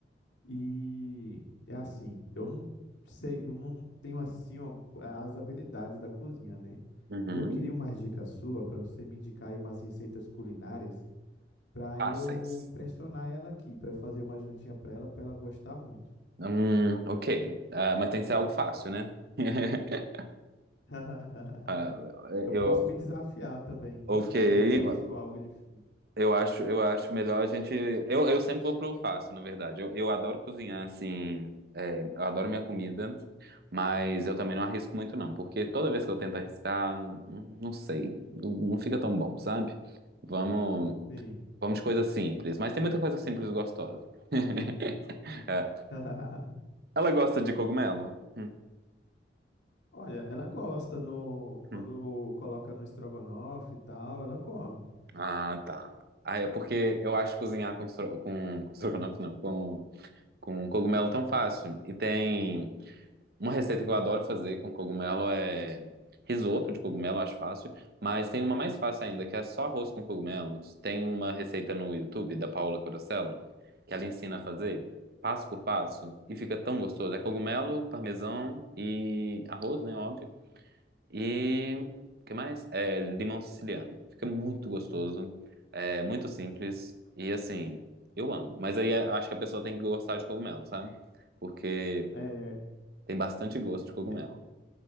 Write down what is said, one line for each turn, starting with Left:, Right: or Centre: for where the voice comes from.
Left: e é assim, eu não sei, eu não tenho assim ó, as habilidades da cozinha, né?
Right: Uhum.
Left: E eu queria uma dica sua para você me indicar aí umas receitas culinárias para
Right: Fáceis.
Left: eu impressionar ela aqui, para eu fazer uma jantinha para ela, para ela gostar muito.
Right: Hum, ok. Ah, mas tem que ser algo fácil, né? <laughs>
Left: <laughs>
Right: Ah,
Left: Eu
Right: eu,
Left: posso me desafiar também,
Right: ok.
Left: <laughs> de repente, se for algo difícil.
Right: Eu acho, eu acho melhor a gente. Eu, eu sempre vou pro fácil, na verdade. Eu, eu adoro cozinhar, assim. é, eu adoro minha comida, mas eu também não arrisco muito, não, porque toda vez que eu tento arriscar, hum, não sei, não fica tão bom, sabe? Vamos,
Left: Sim.
Right: vamos de coisa simples, mas tem muita coisa simples e gostosa. <laughs> É,
Left: <laughs>
Right: Ela gosta de cogumelo? Hum,
Left: Olha, ela gosta no quando
Right: hum.
Left: coloca no estrogonofe e tal, ela come.
Right: Ah, tá. Ah, é porque eu acho cozinhar com, estro... com... com estrogonofe, não, com... com cogumelo tão fácil. E tem uma receita que eu adoro fazer com cogumelo é risoto de cogumelo, acho fácil. Mas tem uma mais fácil ainda, que é só arroz com cogumelos. Tem uma receita no YouTube da Paola Corosella, que ela ensina a fazer passo por passo e fica tão gostoso. É cogumelo, parmesão e arroz, né? Óbvio. E o que mais? É, limão siciliano. Fica muito gostoso, é muito simples e assim, eu amo. Mas aí é- acho que a pessoa tem que gostar de cogumelo, sabe? Porque
Left: É,
Right: tem bastante gosto de cogumelo.
Left: re-